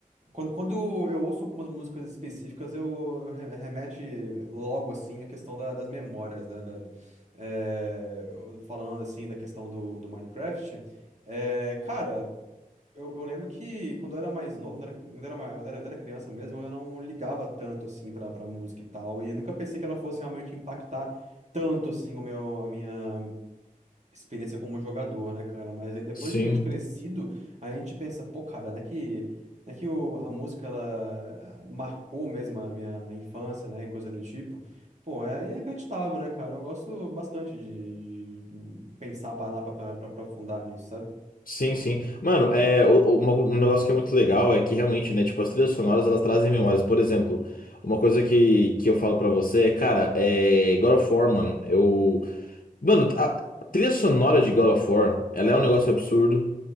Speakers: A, on the right (about 50°); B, on the left (about 70°).
A: Quando, quando eu ouço algumas músicas específicas, eu, eu re- remete logo, assim, a questão da- das memórias, né, velho? É, eu- falando, assim, da questão do, do Minecraft, é, cara, eu, eu lembro que quando eu era mais novo, quando eu era, quando eu era, ma- quando eu era criança mesmo, eu não ligava tanto, assim, pra, pra música e tal, e eu nunca pensei que ela fosse realmente impactar tanto, assim, o meu, a minha experiência como jogador, né, cara? Mas aí depois
B: Sim,
A: de, de crescido, a gente pensa, pô, cara, né que, né que o, a música, ela ah, marcou mesmo a minha infância, né, e coisa do tipo. Pô, é é inacreditável, né, cara? Eu gosto bastante de, de pensar, parar pra, pra, pra aprofundar nisso, sabe?
B: sim, sim. Mano, é, o- o- uma- um negócio que é muito legal é que realmente, né, tipo, as trilhas sonoras, elas trazem memórias. Por exemplo, uma coisa que, que eu falo pra você é, cara, é God of War, mano, eu, Mano, a trilha sonora de God of War, ela é um negócio absurdo.